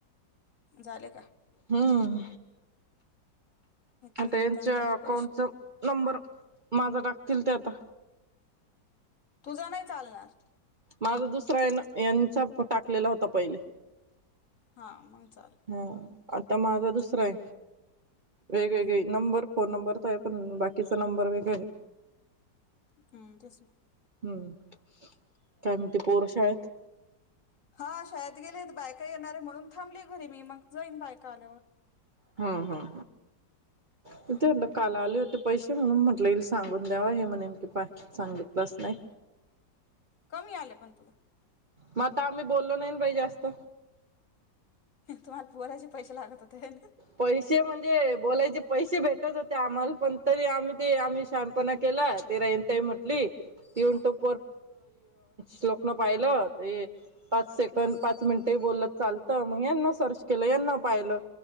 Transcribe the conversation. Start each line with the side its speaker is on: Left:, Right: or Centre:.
Left: झाले का?
Right: हं
Left: येतील
Right: आता
Left: मग
Right: यांच्या
Left: त्यांना बी
Right: अकाउंटचा
Left: पैसे
Right: नंबर माझा टाकतील ते आता.
Left: तुझा नाही चालणार.
Right: माझा दुसरा हायना यांचा टाकलेला होता पहिले.
Left: हा मग. चालेल
Right: हा आता माझा दुसरा आहे. वेगवेगळे
Left: हम्म
Right: नंबर. फोन नंबर तो आहे तो. पण बाकीचा नंबर वगैरे.
Left: हम्म तेच.
Right: हम्म म्हणती पोर शाळेत.
Left: हा शाळेत गेलेत बायका येणारे म्हणून थांबली घरी मी. मग जाईन बायका आल्यावर.
Right: हम्म. हम्म. त ते म्हणलं काल आला. होते पैसे म्हणून म्हटलेल सांगून द्यावा. हे म्हणे की पाटील सांगितलंच नाही.
Left: कमी आले पण तुला.
Right: मग आता आम्ही बोललो नाही ना बाई जास्त.
Left: तुम्हाला बोलायचे पैसे लागत होते. है ना.
Right: पैसे म्हणजे बोलायचे पैसे भेटत होते आम्हाला. पण तरी आम्ही ते आम्ही शाहान पणा केला. ते रायन ताई म्हटली. युट्युब वर श्लोकन पाहिलं. ते पाच सेकंड. पाच मिनिटे. बोलत चालतं. मग यांना सर्च केलं. यांना पाहिलं.